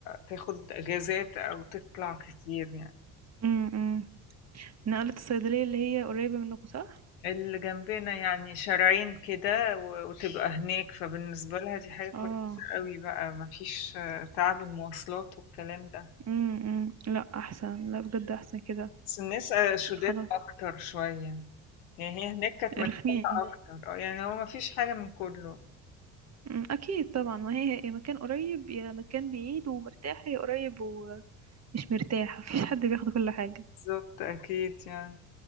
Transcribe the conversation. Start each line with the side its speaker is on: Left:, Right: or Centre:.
Left: تاخد اجازات او تطلع كتير يعني
Right: امم نقلت الصيدلية اللي هي قريبة منكم صح
Left: اللي جنبنا يعني شارعين كده و- وتبقى هناك فبالنسبة لها دي حاجة كويسة
Right: اه
Left: قوي بقى مفيش آه، تعب المواصلات والكلام ده
Right: امم لا احسن لا بجد احسن كده
Left: بس الناس آه، شداد
Right: خلاص
Left: أكتر شوية يعني هي هناك كانت مشحونة
Right: رخمين
Left: أكتر اه يعني هو مفيش حاجة من كله
Right: أمم، اكيد طبعا ما هي يا مكان قريب يا مكان بعيد ومرتاحة يا قريب ومش مرتاحة مفيش حد بياخد كل حاجة
Left: بالظبط أكيد يعني